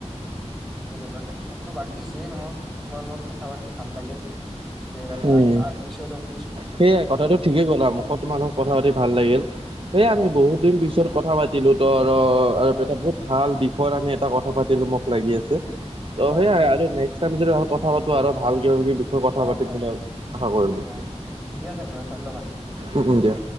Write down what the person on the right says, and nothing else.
উম সেইয়াই কথাটো ঠিকে কলা, মুঠত তোমাৰ লগত- কথা পাতি ভাল লাগিল। সেই
আমি
বহুত দিন পিছত কথা পাতিলো তো আৰু
আৰু
এটা বহুত- ভাল বিষয়ত আমি এটা কথা পাতিলো মোক লাগি আছে। ত,
সেইয়াই
আৰু নেক্স- টাইম যদি আৰু কথা পাতো আৰু ভাল কিবাকিবি বিষয়ে কথা
পাতিম
বুলি আশা কৰিলোঁ।
উম, উম দিয়া।